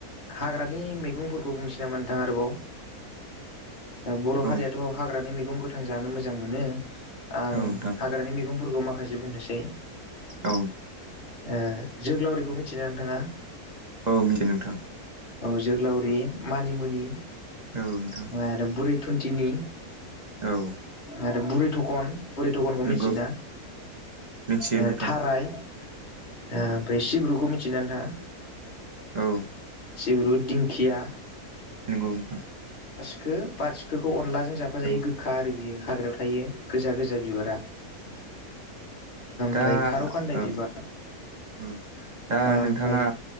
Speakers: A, on the left; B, on the right.
A: हाग्रा। मानि मैगंफोरखौ बुंनोसैनामा नोंथां आरोबाव। बर'
B: औ
A: हारियाथ' हाग्रानि मैगं गोथां जानो मोजां मोनो
B: औ
A: आं
B: नोंथां
A: हाग्रानि मैगं। फोरखौ माखासे बुंनोसै।
B: औ।
A: ओ जोग्लावरिखौ मिथियोना नोंथाङा?
B: औ मिथियो नोंथां।
A: औ जोग्लावरि मानिमुनि।
B: औ नोंथां
A: आरो बुरै थुन्थिनि
B: औ
A: आरो बुरै। थखन बुरि थखनखौ
B: नंगौ
A: मिथियो ना।
B: मिथियो
A: ओ
B: नोंथां
A: थाराय ओ
B: औ
A: ओमफ्राय सिब्रुखौ मिथियोना नोंथाङा?
B: औ।
A: सिब्रु दिंखिया।
B: नंगौ नोंंथां
A: सिखो बारसिखिखौ अनलाजों जाफाजायो
B: औ
A: गोखा आरो बियो हाग्रायाव थायो गोजा गोजा बिबारा।
B: औ। दा
A: ओमफ्राय खारौ खान्दाइ
B: औ
A: बिबार।
B: औ दा
A: ओमफ्राय
B: नोंथाङा